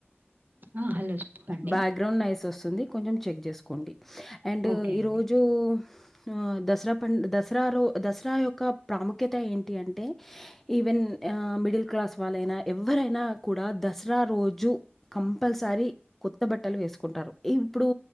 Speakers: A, on the right (about 45°); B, in the centre.
A: ఆ! హలో చెప్పండి.
B: బ్యాక్గ్రౌండ్ నైస్ ఓస్తుంది, కొంచెం చెక్ జేసుకోండి. అండ్
A: ఓకే
B: ఈరోజు,
A: అండి.
B: ఉ దసరా పన్డ్, దసరా రో, దసరా యొక్క ప్రాముఖ్యత ఏంటి అంటే, ఈవెన్ ఆ మిడిల్ క్లాస్ వాళ్ళైనా, ఎవ్వరైనా కూడా దసరా రోజు, కంపల్సరీ కొత్త బట్టలు వేసుకుంటారు. ఇప్పుడు